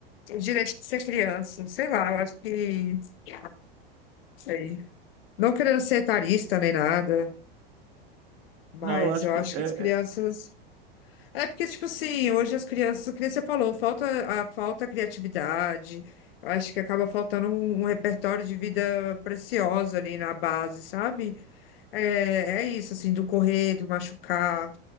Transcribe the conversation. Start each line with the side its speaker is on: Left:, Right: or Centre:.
Left: o direito de ser criança, sei lá, eu acho que, não sei. Não querendo ser etarista nem nada, mas
Right: não, eu acho
Left: eu
Right: que
Left: acho
Right: é,
Left: que as crianças.
Right: é
Left: É porque, tipo assim, hoje as crianças, que nem você falou, falta a falta a criatividade. Eu acho que acaba faltando um um repertório de vida preciosa ali na base, sabe? É, é isso, assim, do correr, do machucar,